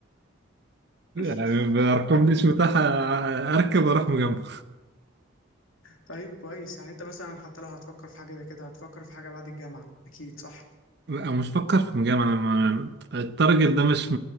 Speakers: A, on the right; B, on the left.
A: <laughs> يعني
B: <laughs>
A: بأرقام
B: طيب
A: دي مش متاح أركب وأروح مجمع
B: طيب كويس يعني انت مثلا حتى لو هتفكر في حاجة زي كده هتفكر في حاجة بعد الجامعة اكيد صح
A: لا مش فكر في مجامعة أنا ما- التارجت ده مش